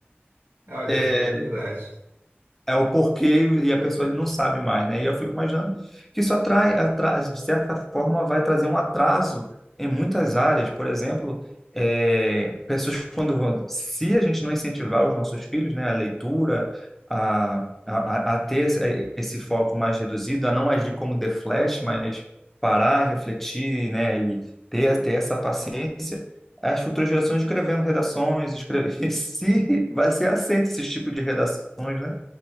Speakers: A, on the right; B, in the centre.
A: Olha,
B: é,
A: é verdade.
B: é o porquê e a pessoa ele não sabe mais, né? E eu fico imaginando que isso atrai, atrai, de certa forma, vai trazer um atraso em muitas áreas. Por exemplo, eh, pessoas quando vão- se a gente não incentivar os nossos filhos, né, a leitura, a, a, a a ter esse eh, esse foco mais reduzido, a não agir como The Flash, mas parar, refletir, né, e ter, ter essa paciência. As futuras gerações escrevendo redações, escreve... <laughs> se vai ser aceito esse tipo de redações, né?